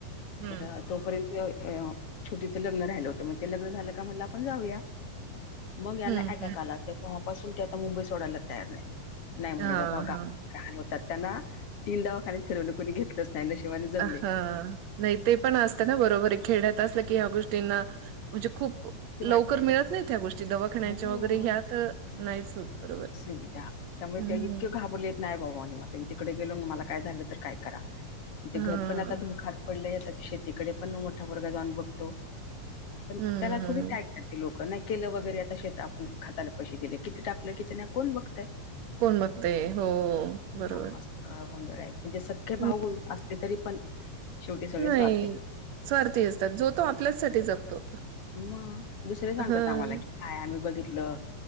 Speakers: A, on the right; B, on the left.
A: हं,
B: तर, तोपर्यंत छोटीचं लग्न राहिलं होतं मग ते लग्न झालं का म्हटलं आपण जाऊया मग यांना
A: हं,
B: अटॅक
A: हं.
B: आला तर तेव्हापासून ते आता मुंबई सोडायला तयार नाहीत नाही म्हणे
A: हां,
B: बाबा ग-
A: हां.
B: हाल होतात त्यांना तीन दवाखाने फिरवलं कोणी घेतलंच नाही नशिबाने जगले.
A: अ, हां. नाही ते पण असतं ना बरोबर आहे खेड्यात असलं की ह्या गोष्टींना म्हणजे खूप,
B: ते
A: लवकर
B: वाटते.
A: मिळत नाही त्या गोष्टी दवाखाण्याच्या
B: हो.
A: वगैरे ह्या तर नाहीच होत बरोबर.
B: सुविधा त्यामुळे
A: हं,
B: त्या इतके घाबरले नाही बाबा म मी तिकडे गेलो आणि मला काय झालं तर काय करा ते
A: हां.
B: घर पण आता धूळ खात पडलय आता ते शेतीकडे पण मोठा पोरगा जाऊन बघतो पण
A: हं,
B: त्याला
A: हं.
B: थोडी ते लोक नाही केलं वैगेरे आता शेत आपण खताला पैसे दिले कितीं टाकलं किती नाही कोण बघतय.
A: कोण बघतय हो
B: हा
A: बरोबर.
B: असा सगळा गोंधळ आहे म्हणजे सख्खे
A: हं.
B: भाऊ असले तरी पण, शेवटी सगळे
A: नाही
B: स्वार्थी
A: स्वार्थी असतात जो तो आपल्याचसाठी जगतो.
B: मग दुसरे सांगतात
A: हं,
B: आम्हाला की काय आम्ही बघितलं.